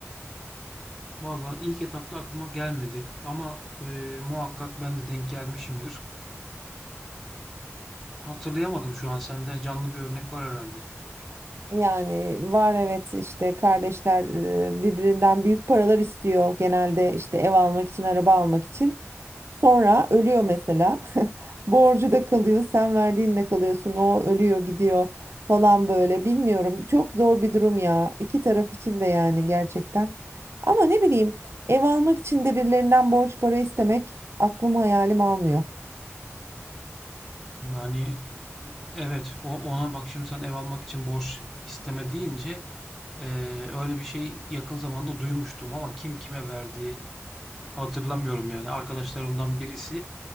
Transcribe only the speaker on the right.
Yani var evet işte kardeşler e, birbirinden büyük paralar istiyor genelde işte ev almak için araba almak için. Sonra ölüyor mesela. <laughs> Borcu da kalıyor sen verdiğinle kalıyorsun o ölüyor gidiyor falan böyle bilmiyorum. Çok zor bir durum ya iki taraf için de yani gerçekten. Ama ne bileyim ev almak için de birilerinden borç para istemek aklım hayalim almıyor.